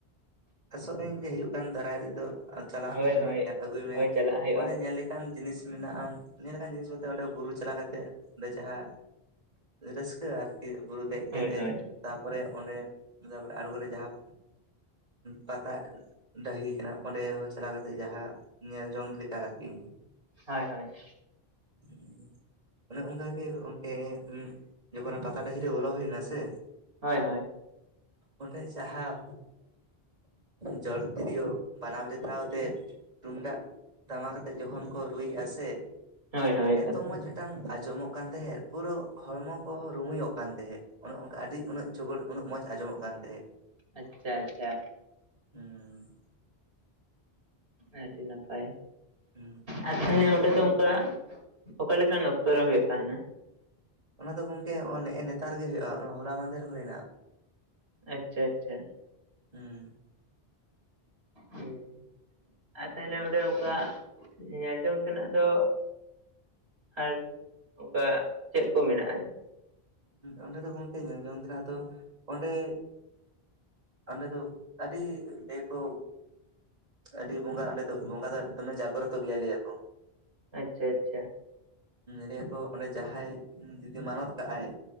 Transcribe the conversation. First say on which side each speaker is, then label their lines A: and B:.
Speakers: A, on the right; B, on the right.
A: ᱟᱥᱚᱜ ᱟᱹᱧ ᱜᱮ ᱦᱤᱡᱩᱜ ᱠᱟᱱ ᱫᱟᱨᱟᱭ ᱨᱮᱫᱚ ᱪᱟᱞᱟᱜ
B: ᱦᱳᱭ
A: ᱢᱮ
B: ᱦᱳᱭ
A: ᱧᱮᱞ ᱟᱹᱜᱩᱭ ᱢᱮ,
B: ᱦᱳᱭ ᱪᱟᱞᱟᱜ ᱦᱩᱭᱩᱜᱼᱟ
A: ᱚᱱᱮ ᱧᱮᱞ ᱞᱮᱠᱟ ᱞᱮᱠᱟᱱ ᱡᱤᱱᱤᱥ ᱢᱮᱱᱟᱜᱼᱟ, ᱱᱤᱭᱟᱹ ᱞᱮᱠᱟᱱ ᱡᱤᱱᱤᱥ ᱵᱚᱞᱛᱮ ᱚᱸᱰᱮ ᱵᱩᱨᱩ ᱪᱟᱞᱟᱣ ᱠᱟᱛᱮᱜ, ᱚᱸᱰᱮ ᱡᱟᱦᱟᱸ ᱨᱟᱹᱥᱠᱟᱹ ᱟᱨᱠᱤ ᱵᱩᱨᱩ ᱫᱮᱡ ᱠᱟᱛᱮᱫ
B: ᱦᱳᱭ ᱦᱳᱭ
A: ᱾ ᱛᱟᱨᱯᱚᱨᱮ ᱚᱱᱰᱮᱸ ᱛᱟᱨᱯᱚᱨᱮ ᱟᱬᱜᱚ ᱨᱮ ᱡᱟᱦᱟᱸ ᱯᱟᱛᱟ ᱰᱟᱹᱦᱤ ᱠᱟᱱᱟ ᱚᱸᱰᱮ ᱦᱚᱸ ᱪᱟᱞᱟᱣ ᱠᱟᱛᱮᱜ ᱡᱟᱦᱟᱸ ᱧᱮᱞ ᱡᱚᱝ ᱞᱮᱠᱟ, ᱟᱨᱠᱤ
B: ᱦᱳᱭ ᱦᱳᱭ
A: ᱦᱩᱸ ᱚᱱᱮ ᱚᱱᱠᱟ ᱜᱮ ᱜᱚᱝᱠᱮ ᱡᱚᱠᱷᱚᱱ ᱯᱟᱛᱟ ᱰᱟᱹᱦᱤ ᱨᱮ ᱵᱚᱞᱚ ᱦᱩᱭᱮᱱᱟ ᱥᱮ,
B: ᱦᱳᱭ ᱦᱳᱭ
A: ᱚᱸᱰᱮ ᱡᱟᱦᱟᱸ ᱡᱚᱲ ᱛᱤᱨᱭᱳ, ᱵᱟᱱᱟᱢ ᱨᱮᱛᱟᱣᱛᱮ, ᱛᱩᱢᱫᱟᱜ ᱴᱟᱢᱟᱠ ᱠᱟᱛᱮᱜ ᱡᱚᱠᱷᱚᱱ ᱠᱚ ᱨᱩᱭᱮᱜ-ᱟ ᱥᱮ᱾
B: ᱦᱳᱭ ᱦᱳᱭ ᱮᱠᱟᱞ
A: ᱮᱛᱚ ᱢᱚᱸᱡᱽ ᱢᱤᱫᱴᱟᱝ ᱟᱸᱡᱚᱢᱚᱜ ᱠᱟᱱ ᱛᱟᱦᱮᱸᱫ ᱯᱩᱨᱟᱹ ᱦᱚᱲᱢᱚ ᱠᱚᱦᱚᱸ ᱨᱩᱢᱩᱭᱚᱜ ᱠᱟᱱ ᱛᱟᱦᱮᱸᱫ ᱾ ᱚᱱᱮ ᱚᱱᱠᱟ ᱟᱹᱰᱤ ᱩᱱᱟᱹᱜ ᱪᱚᱜᱚᱲ ᱩᱱᱟᱹᱜ ᱢᱚᱸᱡᱽ ᱟᱸᱡᱚᱢᱚᱜ ᱠᱟᱱ ᱛᱟᱦᱮᱸᱫ ᱾
B: ᱟᱪᱪᱷᱟ ᱟᱪᱪᱷᱟ
A: ᱦᱩᱸ
B: ᱟᱹᱰᱤ ᱱᱟᱯᱟᱭ,
A: ᱦᱩᱸ
B: ᱟᱨ ᱛᱟᱦᱚᱞᱮ
A: ᱜᱚᱝᱠᱮ
B: ᱚᱸᱰᱮ ᱫᱚ ᱚᱱᱠᱟ, ᱚᱠᱟ ᱞᱮᱠᱟᱱ ᱚᱠᱛᱚ ᱨᱮ ᱦᱩᱭᱩᱜ ᱛᱟᱦᱮᱸᱱᱟ ᱾
A: ᱚᱱᱟ ᱫᱚ ᱜᱚᱝᱠᱮ ᱱᱮᱜ ᱱᱮᱛᱟᱨ ᱜᱮ ᱦᱳᱭᱳᱜᱼᱟ ᱦᱚᱞᱟ ᱢᱟᱫᱮᱨ ᱦᱩᱭᱮᱱᱟ ᱾
B: ᱟᱪᱪᱷᱟ ᱟᱪᱪᱷᱟ
A: ᱦᱩᱸᱻ
B: ᱦᱮᱸ ᱟᱨ ᱛᱟᱦᱞᱮ ᱚᱸᱰᱮ ᱚᱱᱠᱟ ᱾ ᱧᱮᱞ ᱡᱚᱝ ᱛᱮᱱᱟᱜ ᱫᱚ, ᱟᱨ ᱚᱱᱠᱟ ᱪᱮᱫ ᱠᱚ ᱢᱮᱱᱟᱜᱼᱟ ᱾
A: ᱚᱸᱰᱮ ᱫᱚ ᱜᱚᱝᱠᱮ ᱧᱮᱞ ᱡᱚᱝ ᱛᱮᱱᱟᱜ ᱟᱫᱚ, ᱚᱸᱰᱮ ᱚᱸᱰᱮ ᱫᱚ ᱟᱹᱰᱤ ᱵᱮ ᱠᱚ ᱟᱹᱰᱤ ᱵᱚᱸᱜᱟ ᱚᱸᱰᱮ ᱫᱚ ᱵᱚᱸᱜᱟ ᱫᱚ ᱫᱚᱢᱮ ᱡᱟᱜᱽᱨᱚᱛᱚ ᱜᱮᱭᱟ ᱞᱟᱹᱭᱟ ᱠᱚ᱾
B: ᱟᱪᱪᱷᱟ ᱟᱪᱪᱷᱟ
A: ᱞᱟᱹᱭᱟ ᱠᱚ ᱚᱸᱰᱮ ᱡᱟᱦᱟᱸᱭ ᱡᱩᱫᱤ ᱢᱟᱱᱚᱛ ᱠᱟᱜᱼ ᱟᱭ